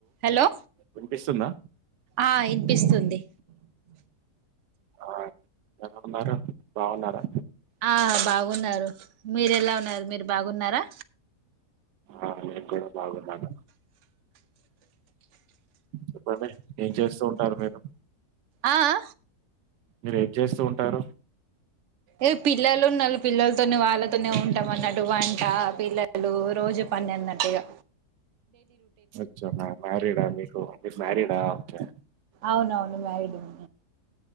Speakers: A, on the right; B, on the right.
A: Hello
B: వినిపిస్తుందా
A: ఆ ఇనిపిస్తుంది
B: ఆ ఎలా ఉన్నారు బాగున్నారా
A: ఆ బాగున్నారు మీరూ ఎలా ఉన్నారు మీరు బాగున్నారా
B: ఆ నేను కూడా బాగున్నాను చెప్పండి ఏం చేస్తూ ఉంటారు మీరు
A: ఆ ఆ
B: మీరు ఏం చేస్తూ ఉంటారు
A: ఏ పిల్లలు ఉన్నారు పిల్ల తోనే వాళ్ తూనే ఉంటాం అన్నట్టు వంట పిల్లలు రోజు పని అన్నటిగా
B: అచ్చో మా మ్యారీడ్ ఆ మీకు మీరు మ్యారీడ్ ఆ ఒకే
A: అవునవును మ్యారీడ్ ఉన్నా